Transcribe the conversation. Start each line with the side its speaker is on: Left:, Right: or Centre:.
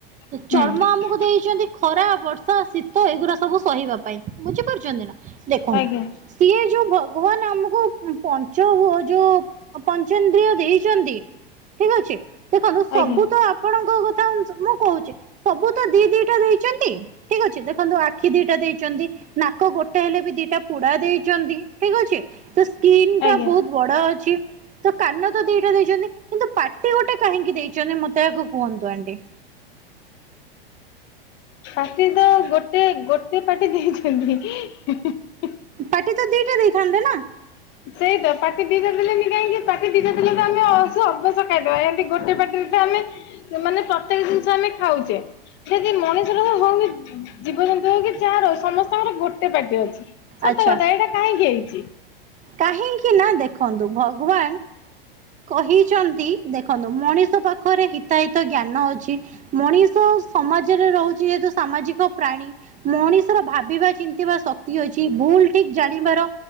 Left: ହୁଁ
Right: ଚର୍ମ ଆମକୁ ଦେଇଛନ୍ତି ଖରା ବର୍ଷା ଶୀତ ଏଗୁଡା ସବୁ ସହିବା ପାଇଁ ବୁଝିପାରୁଛନ୍ତି ନା। ଦେଖନ୍ତୁ
Left: ଆଜ୍ଞା
Right: ସିଏ ଯୋଉ ଭଗବାନ ଆମକୁ ପଞ୍ଚ ହୁଅଯୋଉ ପଞ୍ଚନ୍ଦ୍ରିୟ ଦେଇଛନ୍ତି ଠିକ ଅଛି, ଦେଖନ୍ତୁ ସବୁ
Left: ଆଜ୍ଞା।
Right: ତ ଆପଣଙ୍କ କଥା ମୁଁ କହୁଛି ସବୁ ତ ଦି ଦିଟା ଦେଇଛନ୍ତି। ଠିକ ଅଛି ଦେଖନ୍ତୁ ଆଖି ଦିଟା ଦେଇଛନ୍ତି। ନାକ ଗୋଟେ ହେଲେ ବି ଦିଟା ପୁଡା ଦେଇଛନ୍ତି। ଠିକ ଅଛି ତ ସ୍କିନ
Left: ଆଜ୍ଞା
Right: ଟା ବହୁତ ବଡ ଅଛି। ତ କାନ ତ ଦିଟା ଦେଇଛନ୍ତି କିନ୍ତୁ ପାଟି ଗୋଟେ କାହିଁକି ଦେଇଛନ୍ତି ମତେ ଆଗ କୁହନ୍ତୁ ଆଣ୍ଟି?
Left: ପାଟି ତ ଗୋଟେ ଗୋଟେ ପାଟି ଦେଇଛନ୍ତି। <unintelligible>
Right: ପାଟି ତ ଦିଟା ଦେଇଥାନ୍ତେ ନା?
Left: ସେଇ ତ ପାଟି ଦି ଟା ଦେଲେନି କାହିଁକି ପାଟି ଦି ଟା ଦେଲେ ତ ଆମେ ଅବଶ୍ୟ ଖାଇଦବା ଏମତି ଗୋଟେ ପାଟି ଏ ଆମେ ମାନେ ପ୍ରତ୍ୟେକ ଜିନିଷ ଆମେ ଖାଉଛେ। ଯଦି ମଣିଷର ହଉ କି ଜୀବଜନ୍ତୁର ହଉ କି ଯାର ହଉ ସମସ୍ତଙ୍କର ଗୋଟେ ପାଟି ଅଛି। ସତ
Right: ଆଚ୍ଛା
Left: କଥା ଏଇଟା କାହିଁକି ହେଇଛି?
Right: କାହିଁକି ନା ଦେଖନ୍ତୁ ଭଗବାନ କହିଛନ୍ତି ଦେଖନ୍ତୁ ମଣିଷ ପାଖରେ ହିତାହିତ ଜ୍ଞାନ ଅଛି। ମଣିଷ ସମାଜରେ ରହୁଛି ଯେହେତୁ ସାମାଜିକ ପ୍ରାଣୀ। ମଣିଷର ଭାବିବା ଚିନ୍ତିିବା ଶକ୍ତି ଅଛି ଭୁଲ ଠିକ ଜାଣିବାର